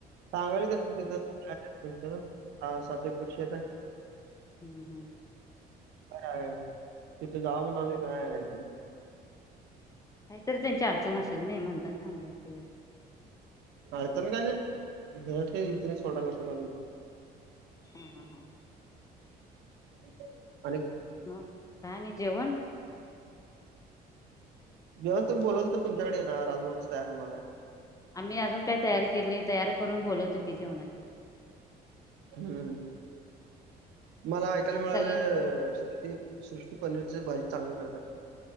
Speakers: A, on the right (about 85°); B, on the left (about 20°).
A: सांगालीत त्यास्नी तिथ सात एकर शेत आहे.
B: हम्म हम्म.
A: काय तिथे जाव म्हणाआले काय का?
B: काहीतरी त्यांची अडचण असेल. नाही म्हणतान थांबले असतील.
A: अडचण काही नाही, घरातले
B: हम्म
A: इथले सोडायला नको म्हणायलेत.
B: हा हा हा.
A: <inaudible>
B: मग काय आणि जेवण?
A: जेवण तुम्ही बोलवल तर तुमच्याकड येणार आजुन आमच तयार हुणार हाय!
B: आम्ही अजून काय तयारी केल नाही तयारी करून बोलवतो की जेवणाची.
A: हम्म. मला ऐकायला
B: नाही तर
A: मिळालंअ
B: सगळे
A: सृष्टी सृष्टी पनीरच भाजी चांगलं करत्या म्हणून?